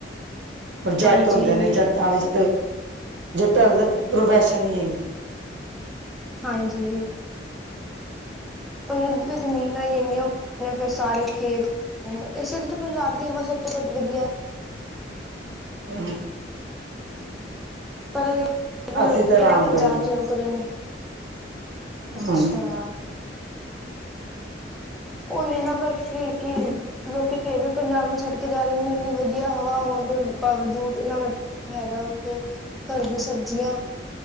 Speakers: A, on the right (about 85°); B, in the centre.
A: ਪਰ ਜੱਟ
B: ਹਾਂਜੀ
A: ਹੁੰਦੇ ਨੇ ਜੱਟਾਂ ਵਿੱਚ ਜੱਟਾਂ ਦਾ ਪ੍ਰੋਫੈਸ਼ਨ ਹੀ ਹੈ।
B: ਹਾਂਜੀ। ਉਹ ਜ਼ਮੀਨਾਂ ਆਈ ਹੈਗੀਆਂ। ਫਿਰ ਸਾਰੇ ਖੇਤ ਇਸ ਪੰਜਾਬ ਦੀ ਹਵਾ ਸਭ ਤੋਂ ਵ ਵਧੀਆ।
A: ਹ।
B: ਪਰ ਉਹ ਵੀ
A: ਅਸੀਂ
B: ਲੋਕੀ
A: ਤਾਂ
B: ਕਿਹੜਾ
A: ਰਾਮਗੜੀ
B: ਪੰਜਾਬ ਚ ਰੋਕ ਰਹੇ ਨੇ। ਅੱਛਾ
A: ਹਾਂਜੀ
B: ਉਈ ਹੈ ਨਾ ਪਰਸੀ ਕੀ ਲੋਕੀ ਫੇਰ ਵੀ ਪੰਜਾਬ ਨੂੰ ਛੱਡ ਕੇ ਜਾ ਰਹੇ ਨੇ ਇੰਨੀ ਵਧੀਆ ਹਵਾ ਹੋ। ਬਾਵਜੂਦ ਇੰਨਾ ਵ ਹੈਗਾ ਉੱਥੇ ਘਰ ਦੀ ਸਬਜ਼ੀਆਂ।